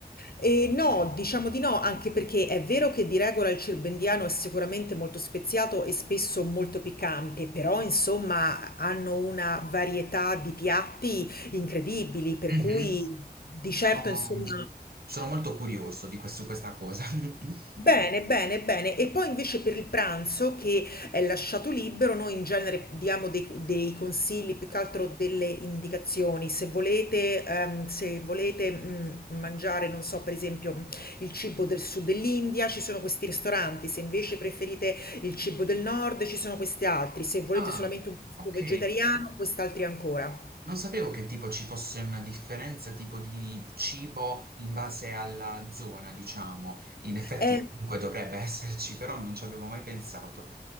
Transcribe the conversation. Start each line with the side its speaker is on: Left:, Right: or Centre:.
Left: Ehm, no, diciamo di no, anche perché è vero che di regola il cirbendiano è sicuramente molto speziato e spesso molto piccante, però insomma hanno una varietà di piatti incredibili, per
Right: Mhm.
Left: cui di certo
Right: Sono,
Left: insomma
Right: sono molto curioso di questo- su questa cosa. <laughs>
Left: Bene, bene, bene. E poi invece per il pranzo che è lasciato libero, noi in genere diamo dei, dei consigli, più che altro delle indicazioni. Se volete, ehm, se volete mh, mangiare, non so, per esempio il cibo del sud dell'India, ci sono questi ristoranti. Se invece preferite il cibo del nord, ci sono questi altri. Se volete
Right: Ah,
Left: solamente un posto
Right: ok.
Left: vegetariano, quest'altri ancora.
Right: Non sapevo che tipo ci fosse una differenza tipo di cibo in base alla zona, diciamo. In effetti
Left: Eh,
Right: comunque dovrebbe <laughs> esserci, però non ci avevo mai pensato.